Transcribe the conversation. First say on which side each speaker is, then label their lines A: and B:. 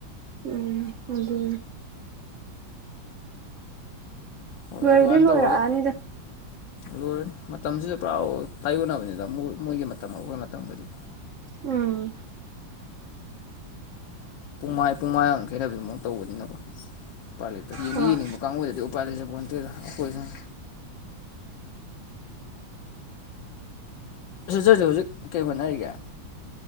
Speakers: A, on the right (about 65°); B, on the left (about 70°).
A: ꯎꯝ ꯑꯗꯨꯅꯦ
B: ꯍꯣꯏ
A: ꯂꯣꯏꯕꯨꯗꯤ
B: ꯑꯗꯨꯃꯥꯏꯟ
A: ꯂꯣꯏꯔꯛꯑꯅꯤꯗ
B: ꯇꯧꯔꯒ ꯂꯣꯏꯔꯅꯤ ꯃꯇꯝꯁꯤꯁꯨ ꯄꯨꯔꯥ ꯇꯥꯏꯌꯣꯟꯅꯕꯅꯤꯗ ꯃꯣ ꯃꯣꯏꯒꯤ ꯃꯇꯝ ꯑꯈꯣꯏ ꯃꯇꯝꯒꯗꯤ
A: ꯎꯝ
B: ꯄꯨꯡꯃꯥꯏ ꯄꯨꯡꯃꯥꯏ ꯑꯃ ꯈꯦꯠꯅꯕꯩ ꯑꯃꯨ ꯃꯨꯛ ꯇꯧꯕꯅꯤꯅꯀꯣ ꯎꯄꯥꯏ ꯂꯩꯇꯕ ꯌꯦꯡꯗꯤ
A: ꯍꯣꯏ
B: ꯌꯦꯡꯅꯤꯡꯕ ꯀꯥꯥꯡꯉꯨꯗꯗꯤ ꯎꯄꯥꯥꯏ ꯂꯩꯖꯄꯣꯠꯇꯦꯗ ꯑꯈꯣꯏꯁꯨꯅꯤ ꯁꯤꯁꯇꯔꯖꯦ ꯍꯧꯖꯤꯛ ꯀꯩ ꯍꯣꯠꯅꯔꯤꯒꯦ